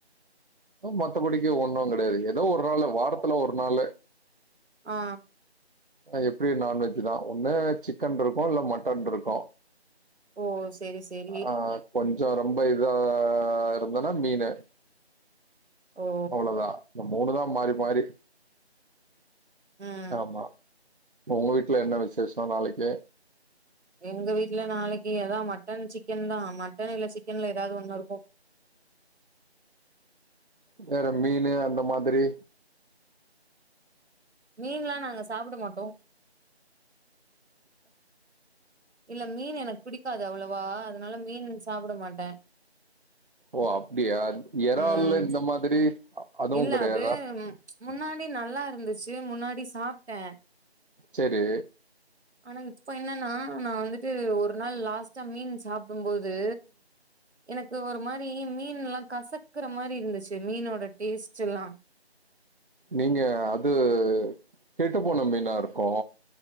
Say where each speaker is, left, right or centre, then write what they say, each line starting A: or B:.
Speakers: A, on the right; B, on the right.
A: மத்தபடிக்கி ஒண்ணு கெடையாது ஏதோ ஒரு நாள் வாரத்துல ஒரு நாளு
B: ஆ
A: எப்டியு நான்வெஜ் தா ஒன்னு சிக்கன் இருக்கு இல்ல மட்டன் இருக்கு
B: ஓ செரி செரி
A: ஆ கொஞ்சோ ரொம்ப இதா இருந்தேன்னா மீனு
B: ஓ
A: அவ்ளவுதா இந்த மூணுதா மாறி மாறி
B: ம்
A: ஆமா உங்க வீட்ல என்ன விசேஷோ நாளைக்கு
B: எங்க வீட்ல நாளைக்கி ஏதா மட்டன் சிக்கன்தா மட்டன் இல்ல சிக்கன்ல ஏதாது ஒண்ணு இருக்கு
A: வேற மீனு அந்த மாதிரி
B: மீன்லா நாங்க சாப்ட மாட்டோ இல்ல மீனு எனக்கு பிடிக்காது அவ்ளவா அதனால மீன் சாப்ட மாட்ட
A: ஓ அப்டியா எறாலு
B: ம்
A: இந்த மாதிரி அதுவு
B: இல்ல
A: கெடையாதா
B: அது முன்னாடி நல்லா இருந்துச்சி முன்னாடி சாப்டே
A: சேரி
B: ஆனா இப்ப என்னென்னா நா வந்துட்டு ஒரு நாள் லாஸ்ட்டா மீன் சாப்புடும் போது எனக்கு ஒரு மாரி மீன்லா கசக்கற மாரி இருந்துச்சி மீனோட டேஸ்ட்லா
A: நீங்க அது கெட்டு போன மீனா இருக்கு